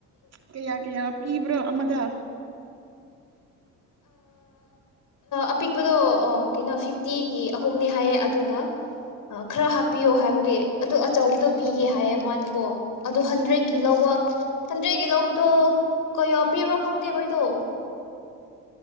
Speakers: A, on the right; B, on the left.
A: ꯀꯌꯥ ꯀꯌꯥ ꯄꯤꯕ꯭ꯔꯣ ꯑꯃꯗ
B: ꯑꯄꯤꯛꯄꯗꯣ ꯀꯩꯅꯣ ꯐꯤꯐꯇꯤꯒꯤ ꯑꯍꯨꯝꯅꯤ ꯍꯥꯏꯌꯦ ꯑꯗꯨꯒ ꯈꯔ ꯍꯥꯞꯄꯤꯌꯣ ꯍꯥꯏꯕꯒꯤ ꯑꯗꯨ ꯑꯆꯧꯕꯗꯣ ꯄꯤꯒꯦ ꯍꯥꯏꯌꯦ ꯃꯥꯜꯜꯂꯤ ꯑꯣ ꯑꯗꯨꯗꯣ ꯍꯟꯗ꯭ꯔꯦꯠꯀꯤ ꯂꯧꯕ ꯍꯟꯗ꯭ꯔꯦꯠꯀꯤ ꯂꯧꯕꯗꯣ ꯀꯣ ꯄꯤꯕ꯭ꯔꯣ ꯈꯪꯗꯦꯈꯣꯏꯗꯣ